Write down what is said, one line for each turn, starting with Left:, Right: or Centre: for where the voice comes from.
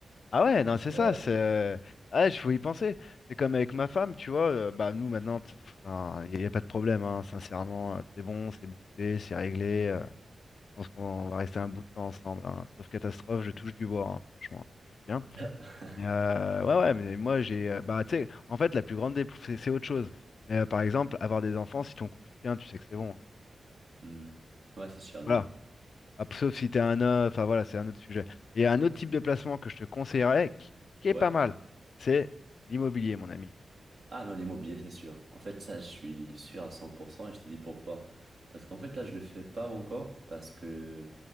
Left: Ah ouais, non, c'est
Right: C'est
Left: ça.
Right: vrai.
Left: C'est... euh, Ah, ouais, il faut y penser. C'est comme avec ma femme, tu vois. euh, bah, nous, maintenant, il n'y a, y a pas de problème, hein, sincèrement. euh, C'est bon, c'est bouclé, c'est réglé. euh, Je pense qu'on va rester un bout de temps ensemble. hein. Sauf catastrophe, je touche du bois, hein, franchement, parce que je suis bien.
Right: <laughs>
Left: Mais euh, ouais, ouais, mais moi, j'ai. euh, bah, tu sais, en fait, la plus grande dépre- c'est c'est autre chose. Mais euh, par exemple, avoir des enfants, si ton couple y tient, tu sais que c'est bon. hein.
Right: Hmm. Ouais, c'est sûr,
Left: Voilà.
Right: non, non.
Left: Ah, p- Sauf si t'es un homme, enfin voilà, c'est un autre sujet. Et il y a un autre type de placement que je te conseillerais, qui, qui est
Right: Ouais.
Left: pas mal, c'est l'immobilier, mon ami.
Right: Ah non, l'immobilier, c'est sûr. En fait, ça, je suis sûr à 100% et je te dis pourquoi. Parce qu'en fait, là, je le fais pas encore parce que